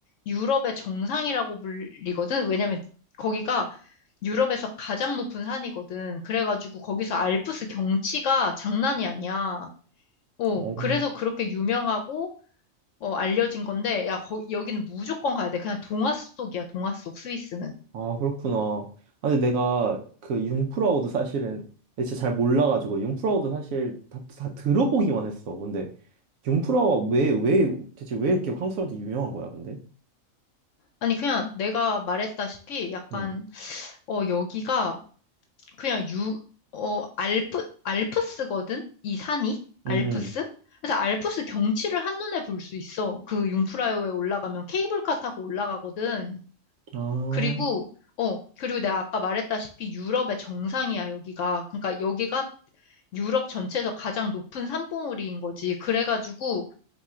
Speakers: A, on the left; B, on the right.
A: 유럽의 정상이라고 불리거든? 왜냐면 거기가 유럽에서 가장 높은 산이거든. 그래가지고 거기서 알프스 경치가 장난이 아니야. 어,
B: 오,
A: 그래서 그렇게 유명하고, 어, 알려진 건데, 야, 거, 여기는 무조건 가야 돼. 그냥 동화 속이야, 동화 속, 스위스는.
B: 아, 그렇구나. 아, 근데 내가 그 융프라우드 사실은 진짜 잘 몰라가지고 융프라우드 사실 다, 다 들어보기만 했어. 근데 융프라우가 왜, 왜, 대체 왜 이렇게 한국 사람한테 유명한 거야, 근데?
A: 아니, 그냥 내가 말했다시피, 약간,
B: 응,
A: 어, 여기가 그냥 유, 어, 알프, 알프스거든? 이 산이? 알프스?
B: 응, 응.
A: 그래서 알프스 경치를 한눈에 볼 수 있어. 그 융프라요에 올라가면 케이블카 타고 올라가거든.
B: 아,
A: 그리고, 어, 그리고 내가 아까 말했다시피 유럽의 정상이야, 여기가. 그러니까 여기가 유럽 전체에서 가장 높은 산봉우리인 거지. 그래가지고,